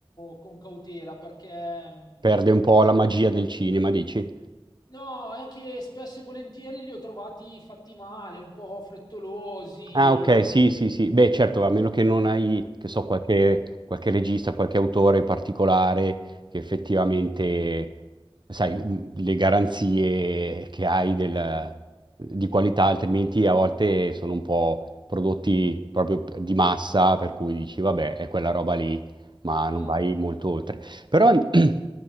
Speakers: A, on the left (about 45°); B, on the right (about 50°).
A: con cautela perché mh,
B: Perde un po'
A: beh,
B: la magia del cinema, dici?
A: no, è che spesso e volentieri li ho trovati fatti male, un po' frettolosi.
B: Ah, ok, sì, sì, sì. Beh, certo, a meno che non hai, che so, qualche, qualche regista, qualche autore particolare che effettivamente, sai, mh, le garanzie che hai del- di qualità, altrimenti a volte sono un po' prodotti proprio di massa, per cui dici, vabbè, è quella roba lì, ma
A: Certo.
B: non vai molto oltre. Però <clears throat>